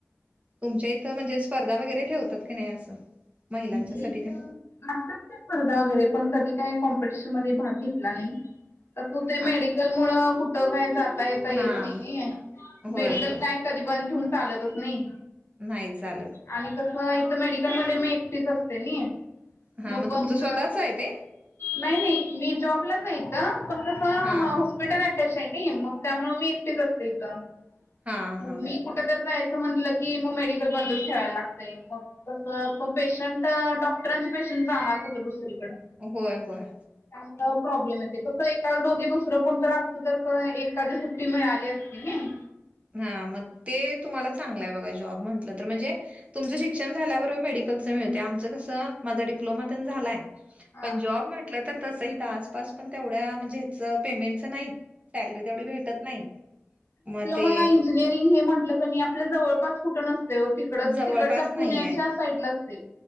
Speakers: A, on the right; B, on the left.
A: तुमच्या इथं म्हणजे स्पर्धा वगैरे ठेवतात का नाही असं? महिलांच्यासाठी
B: आमच्या इकडं
A: तेन?
B: असतात त्या स्पर्धा वगैरे, पण कधी काय कॉम्पिटिशन मध्ये भाग घेतला नाई. आता तू ते
A: आ
B: मेडिकलमुळं कुठं काय जाता येता येत
A: हां.
B: नाही,
A: होय,
B: मेडिकल
A: होय.
B: काय कधी बंद ठेऊन चालतच नाही.
A: नाही चालत.
B: आणि कस इथं मेडिकलमध्ये मी एकटीच असते मी.
A: हां,
B: मग बंद
A: तुमचं स्वतःच आहे ते?
B: नाही नाही, मी जॉबलाच आहे इथं पण कसं
A: हां, हां.
B: हॉस्पिटल <unintelligible> आहे नी मग त्यामुळे मी एकटीचं असते इथं
A: हां,
B: मग
A: हां.
B: मी कुठ तर जायचं म्हटलं की मग मेडिकल बंदच ठेवायला लागतंय मग कसं पेशंट डॉक्टरांचं पेशंट जाणार कुठं दुसरीकडं?
A: होय, होय.
B: त्यामुळं प्रॉब्लेम येतोय, कसं एकाला दोघी दुसरं कोणतर असत तर एखादी सुट्टी मिळाली असती की नई.
A: हां, मग ते तुम्हाला चांगलंय बघा जॉब म्हंटलं तर म्हणजे तुमचं शिक्षण झाल्याबरोबर मेडिकलच मिळतय. आमचं कसं माझा डिप्लोमा तेन झालाय.
B: हा.
A: पण जॉब म्हंटलं तर तसं हीत आसपास पण तेवढ्या म्हणजे हेच पेमेंटचं नाहीत. सॅलरी तेवढी भेटत नाही. मग ते
B: म, इंजिनिअरिंग हे म्हटलं क नई आपल्या जवळपास कुठ नसतयो ति कडचं
A: जवळपास
B: तिकडच्या
A: नाहीये.
B: पुण्याच्या साईडलाच ते.